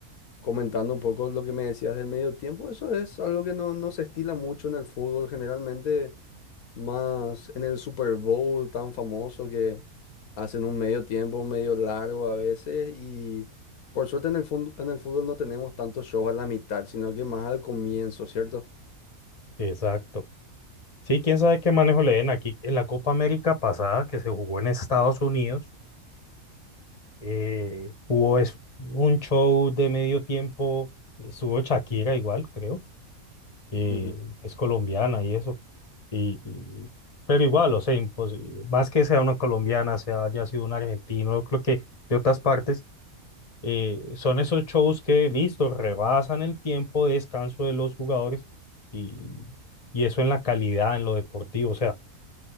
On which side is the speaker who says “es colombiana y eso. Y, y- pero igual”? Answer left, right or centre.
Left